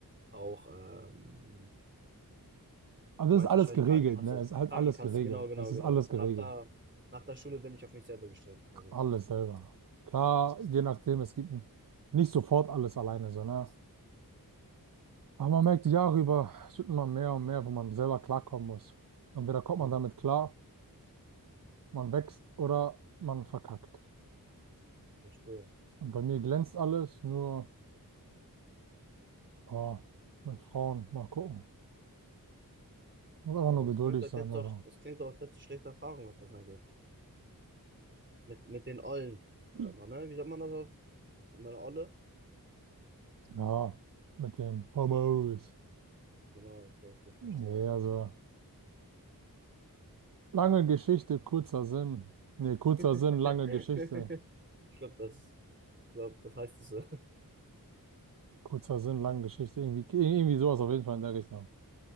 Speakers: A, on the right; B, on the right.
A: auch, ähm,
B: also
A: du
B: es
A: meinst
B: ist alles
A: wahrscheinlich
B: geregelt,
A: Krankenkasse.
B: ne? Es ist halt
A: Krankenkasse,
B: alles geregelt.
A: genau, genau,
B: Es ist
A: genau.
B: alles
A: Und
B: geregelt.
A: ab da, nach der Schule bin ich auf mich selber gestellt, quasi.
B: Alles selber. Klar, je nachdem, es gibt nicht sofort alles alleine, so, ne? Aber man merkt die Jahre über, es wird immer mehr und mehr, wo man selber klarkommen muss. Entweder kommt
A: Mhm,
B: man damit klar, man wächst oder man verkackt.
A: verstehe.
B: Und bei mir glänzt alles, nur, oh, mit Frauen, mal gucken. Muss einfach
A: Aber
B: nur
A: das
B: geduldig
A: klingt, als
B: sein,
A: hättest
B: aber.
A: du auch, das klingt auch, als hättest du schlechte Erfahrungen, was das angeht. Mit, mit den Ollen,
B: <laughs>
A: sag mal, ne? Wie sagt man das auf? Mit meiner Olle?
B: Ja, mit dem Homos.
A: Genau, okay, okay, ich
B: Nee,
A: verstehe.
B: also lange Geschichte, kurzer Sinn. Nee, kurzer
A: <laughs>
B: Sinn, lange Geschichte.
A: Ich glaube, das, ich glaub, das heißt es so.
B: Kurzer Sinn, lange Geschichte. Irgendwie, irgendwie
A: <laughs>
B: sowas auf jeden Fall in der Richtung.